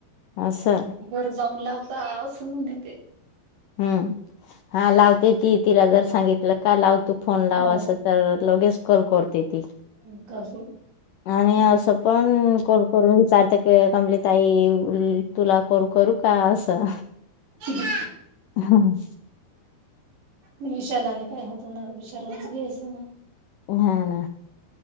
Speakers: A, on the left; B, on the right.
A: असं
B: बर जाऊन ला त सांगून येत
A: हम् हा लावते ती तिला जर सांगितलं का लावते तू फोन लाव
B: हो
A: असं तर लगेच कॉल करते ती
B: <unintelligible>
A: आणि असं पण को करून विचारते कंप्लीट आई तुला करू करू का असं
B: हो <inaudible>
A: हम
B: विशालाने काय होतो ना विशालूनच घ्यायचं ना
A: हा ना